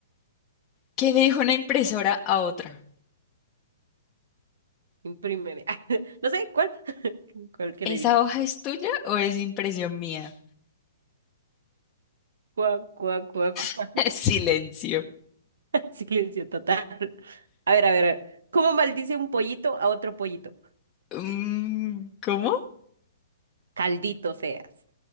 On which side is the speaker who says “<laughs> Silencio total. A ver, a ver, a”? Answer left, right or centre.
Right